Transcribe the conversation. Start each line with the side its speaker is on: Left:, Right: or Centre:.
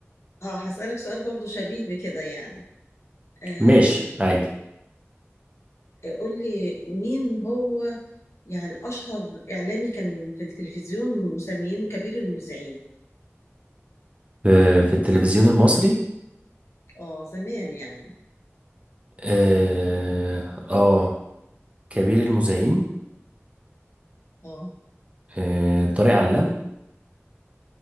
Left: اه هسألك سؤال برضو شبيه بكده يعني آه
Right: ماشي عادي
Left: قول لي مين هو يعني اشهر اعلامي كان في التلفزيون مسمينه كبير المذيعين
Right: آه، في التلفزيون المصري
Left: اه زمان يعني
Right: اه, آه كبير المذيعين
Left: اه
Right: آه طارق علام